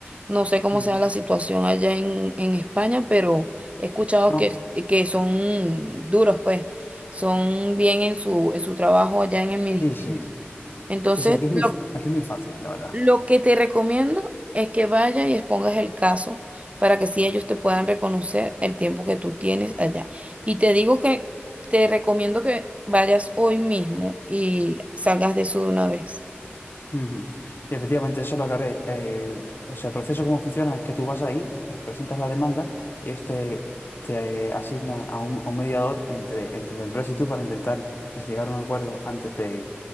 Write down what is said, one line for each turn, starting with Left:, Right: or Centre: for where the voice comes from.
Right: no sé cómo
Left: Mm.
Right: sea la situación allá en, en España, pero he escuchado
Left: No,
Right: que, que son duros, pues, son bien en su, en su trabajo allá en el ministerio.
Left: sí, sí, sí.
Right: Entonces,
Left: Sí, sí, aquí es muy,
Right: lo,
Left: f- aquí es muy fácil, la verdad.
Right: lo que te recomiendo es que vayas y expongas el caso para que si ellos te puedan reconocer el tiempo que tú tienes allá. Y te digo que te recomiendo que vayas hoy mismo y salgas de eso de una vez.
Left: Ujú. Y efectivamente, eso lo agarré. eh, o sea, el proceso cómo funciona es que tú vas ahí, eh, presentas la demanda, ellos te, te asignan a un, a un mediador entre, entre la empresa y tú para intentar llegar a un acuerdo antes de,